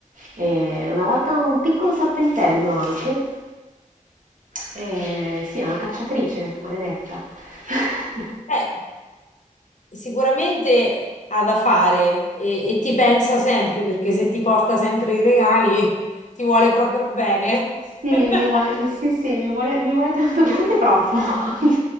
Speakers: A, on the right (about 75°); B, on the left (about 65°).
A: E una volta un piccolo serpentello anche. E sì, è una cacciatrice, maledetta. <laughs>
B: Beh, sicuramente ha da fare e, e ti pensa sempre perché se ti porta sempre i regali ti vuole proprio bene.
A: Sì,
B: <laughs>
A: mi vuole sì, sì, mi vuole mi vuole tanto bene, anche troppo a volte.